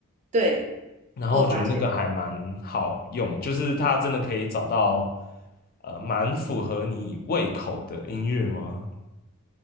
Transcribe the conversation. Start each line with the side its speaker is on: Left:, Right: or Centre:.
Right: 对，
Left: 然后我觉得那个还蛮好用，
Right: 我有发现。
Left: 就是它真的可以找到呃蛮符合你胃口的音乐吗？